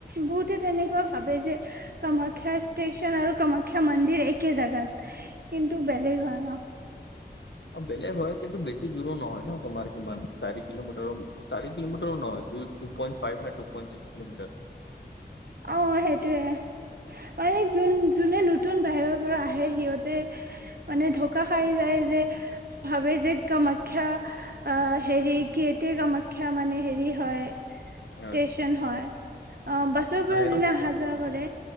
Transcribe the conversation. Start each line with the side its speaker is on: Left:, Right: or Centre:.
Right: বহুতে তেনেকুৱা ভাবে যে কামাখ্যা ষ্টেচন আৰু কামাখ্যা মন্দিৰ একে জেগাত কিন্তু বেলেগ হয় ন
Left: অ বেলেগ হয় কিন্তু বেছি দূৰো নহয় ন তোমাৰ কিমান চাৰি কিলোমিটাৰ চাৰি কিলোমিটাৰ নহয় দুই টু পইন্ত ফাইভ ন টু পইন্ত চিক্স কিলোমিটাৰ
Right: অ সেইটোয়ে আৰে যোন যোনে নতুন বাহিৰৰ পৰা আহে সিহঁতে মানে ঢকা খাই যায় যে ভাবে যে কামাখ্যা আহ হেৰি গেটে কামাখ্যা মানে হেৰি হয় ষ্টচন
Left: অ
Right: হয় অ বাচ
Left: সেইটো
Right: যোনে অহা যোৱা কৰে